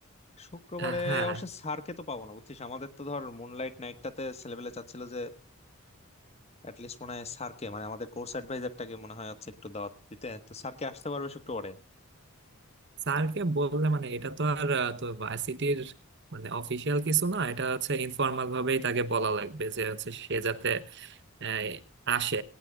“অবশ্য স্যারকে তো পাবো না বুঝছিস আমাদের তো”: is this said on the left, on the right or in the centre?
Left